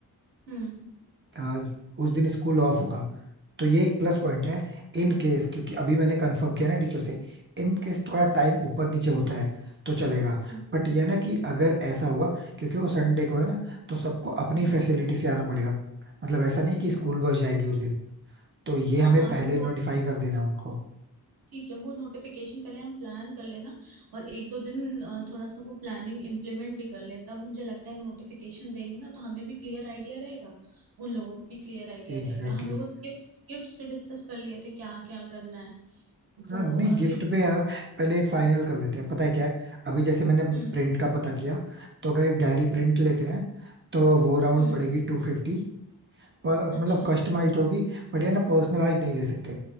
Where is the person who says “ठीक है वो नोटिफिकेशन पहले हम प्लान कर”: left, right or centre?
Right